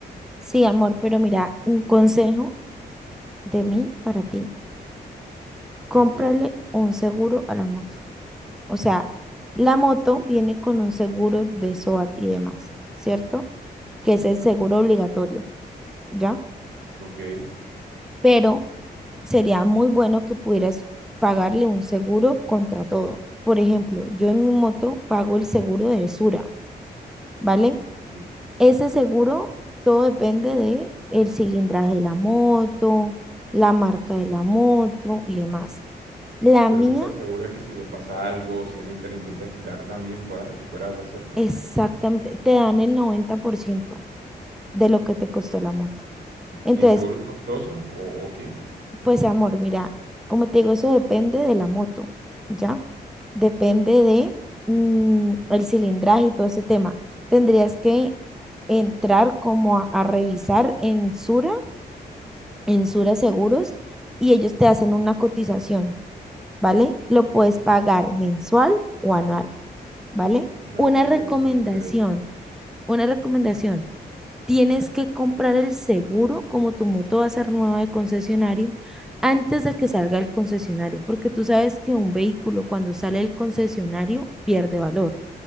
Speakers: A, in the centre; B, on the right.
A: Sí, amor, pero mira, un consejo de mí para ti. Cómprale
B: Te escucho.
A: un seguro a la moto. O sea, la moto viene con un seguro de SOAT y demás, ¿cierto? Que es el seguro obligatorio, ¿ya?
B: Ok,
A: Pero sería muy bueno que pudieras pagarle un seguro contra todo. Por ejemplo, yo en mi moto pago el seguro de Sura, ¿vale?
B: ok.
A: Ese seguro, todo depende de el cilindraje de la moto, la marca de la moto y demás. La
B: Pero
A: mía,
B: eso te asegura que si le pasa algo, si alguien te la intenta quitar, también puedas recuperarla, ¿cierto?
A: exactamente, te dan el 90% de lo que te costó la moto. Entonces,
B: ¿Y el seguro es costoso o, o qué?
A: pues amor, mira, como te digo, eso depende de la moto, ¿ya? Depende de mm, el cilindraje y todo ese tema. Tendrías que entrar como a, a revisar en Sura en Sura Seguros
B: Ok,
A: y ellos te hacen una cotización, ¿vale? Lo
B: ok.
A: puedes pagar mensual o anual, ¿vale?
B: No,
A: Una
B: me interesa,
A: recomendación,
B: me interesa.
A: una recomendación. Tienes que comprar el seguro, como tu moto va a ser nueva de concesionario, antes de que salga el concesionario, porque tú sabes que un vehículo cuando sale del concesionario pierde valor,